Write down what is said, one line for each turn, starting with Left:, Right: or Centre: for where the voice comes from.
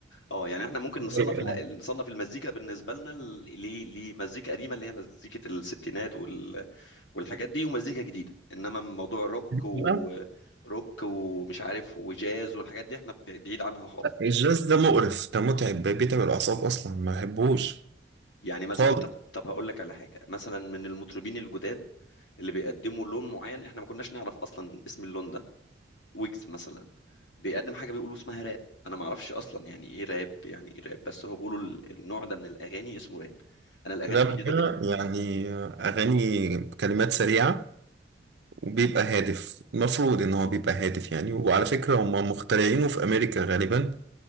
Left: اه يعني احنا ممكن نصنف
Right: أيوة.
Left: ال- نصنف المزيكا بالنسبه لنا ل- ل- لمزيكا قديمه اللي هي مزيكه الستينات وال... والحاجات دي ومزيكا جديده انما موضوع الروك وروك
Right: لا
Left: ومش عارف وجاز والحاجات دي احنا ب- بعيد عنها خالص
Right: الجاز ده مقرف ده متعب بيتعب الاعصاب اصلا ما بحبوش
Left: يعني مثلا
Right: خالص
Left: طب طب هقول لك على حاجه مثلا من المطربين الجداد اللي بيقدموا لون معين احنا ما كناش نعرف اصلا اسم اللون ده ويجز مثلا بيقدم حاجه بيقولوا اسمها راب انا ما اعرفش اصلا يعني ايه راب يعني ايه راب بس هو بيقولوا ال- النوع ده من الاغاني اسمه راب انا الاغاني
Right: الراب
Left: الجديده
Right: ده يعني اغاني كلمات سريعه وبيبقى هادف المفروض ان هو بيبقى هادف يعني وعلى فكره هم مخترعينه في امريكا غالبا